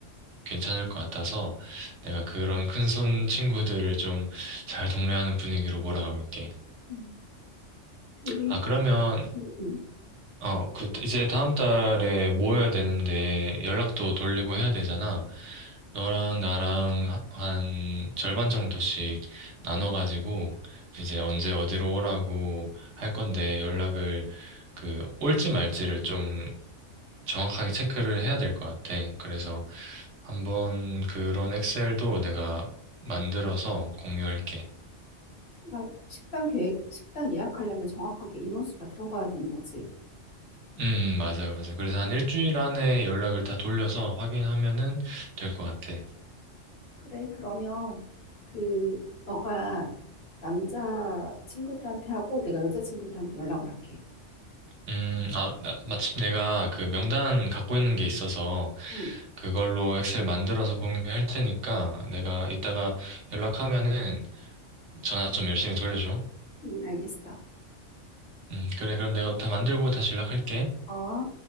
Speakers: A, on the right (about 70°); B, on the left (about 50°).
A: 괜찮을 것 같아서, 내가 그런 큰손 친구들을 좀 잘 동래하는 분위기로 몰아가 볼게.
B: 음. 그리고,
A: 아, 그러면,
B: 음, 음.
A: 어, 그, 이제 다음 달에 모여야 되는데 연락도 돌리고 해야 되잖아. 너랑 나랑 하- 한 절반 정도씩 나눠가지고 이제 언제 어디로 오라고 할 건데 연락을 그 올지 말지를 좀 정확하게 체크를 해야 될 것 같아. 그래서 한번 그런 엑셀도 내가 만들어서 공유할게.
B: 맞아. 식당 계획, 식당 예약하려면 정확하게 인원수가 들어가야 되는 거지.
A: 음, 맞아요, 맞아요. 그래서 한 일주일 안에 연락을 다 돌려서 확인하면은 될 것 같아.
B: 그래, 그러면 그, 너가 남자 친구들한테 하고 내가 여자 친구들한테 연락을 할게.
A: 음, 아, 나- 마침 내가 그 명단 갖고 있는 게 있어서
B: 응,
A: 그걸로 엑셀 만들어서 공유할 테니까 내가 이따가 연락하면은 전화 좀 열심히 돌려줘.
B: 응, 알겠어.
A: 음, 그래, 그럼 내가 다 만들고 다시 연락할게.
B: 어.